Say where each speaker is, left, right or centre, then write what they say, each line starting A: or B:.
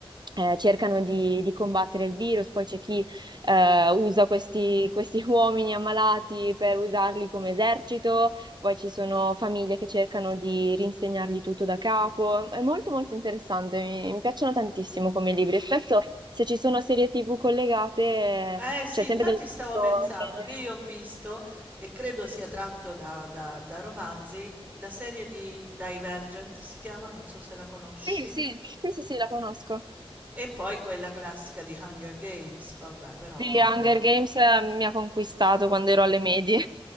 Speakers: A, on the right (about 45°); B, on the right (about 15°).
A: eh, cercano di, di combattere il virus, poi c'è chi eh, usa questi, questi <laughs> uomini ammalati per usarli come esercito, poi ci sono famiglie che cercano di rinsegnargli tutto da capo. È molto molto interessante, mi, mi piacciono tantissimo come libri e spesso se ci sono serie TV collegate, eh,
B: Eh sì,
A: cioè
B: infatti
A: sempre dello stesso
B: stavo pensando
A: genere.
B: che io ho visto, e credo sia tratto da, da- da romanzi, la serie di Divergent si chiama, non so se la conosci,
A: Sì, sì, sì, sì, sì, la conosco.
B: e poi quella classica di Hunger Games, vabbè, però
A: Sì, Hunger Games eh, mi ha conquistato quando ero alle medie.